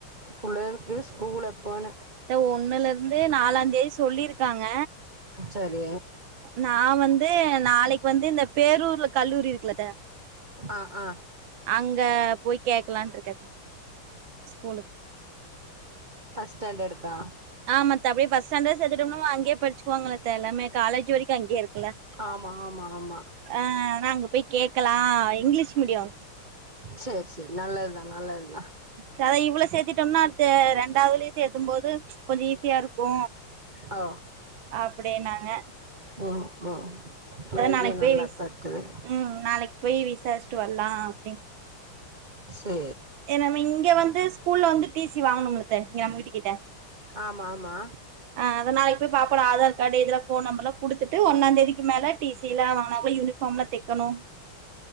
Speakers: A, on the right; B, on the right.
A: புள்ளைகளுக்கு ஸ்கூல் எப்போனு
B: த்த ஒண்ணுலர்ந்து நாலாந் தேதி சொல்லிருக்காங்க
A: சரி
B: நா வந்து நாளைக் வந்து இந்த பேரூர்ல கல்லூரி இருக்குலத்த
A: ஆ ஆ
B: அங்க போய் கேக்லான் இருக்கத்த ஸ்கூலுக்
A: ஃபஸ்ட் ஸாடாண்டட்க்கா
B: ஆமாத்த அப்டியே ஃபஸ்ட் ஸ்டாண்ட் சேத்துட்டோம்னா அங்கயே படிச்சிக்குவாங்களத்த எல்லாமே காலேஜ் வரைக்கு அங்கயே இருக்
A: ஆமா ஆமா ஆமா
B: ஆ நா அங்க போயி கேக்கலா இங்கிலீஷ் மீடியொ
A: சேர் சேர் நல்லதுதா நல்லதுதா
B: சரி அதா இவள சேத்திட்டோம்னா அட்த்து ரெண்டாவ்துலயு சேத்தம்போது கொஞ்சொ ஈஸியா இருக்கு
A: ஓ
B: அப்டீன்னாங்க
A: ஓ ஓ ட்ரைகே
B: நாளைக்கு போய்
A: நல்லாத்தா
B: விஸ்
A: இருக்குது
B: ம் நாளைக் போய் விசார்ச்ட்டு வர்லா அப்டின்
A: சே
B: ஏ நம்ம இங்க வந்து ஸ்கூல்ல வந்து டி சி வாங்கணும்லத்த இங்க நம்ம வீட்டுக் கிட்ட
A: ஆமா ஆமா
B: அ அதா நாளைக் போய் பாப்போட ஆதார் காடு இதலா ஃபோன் நம்பர்லா குடுத்துட்டு ஒன்னாந் தேதிக்கு மேல டி சி லா வாங்னா யூனி ஃபாம்லா தெக்கனு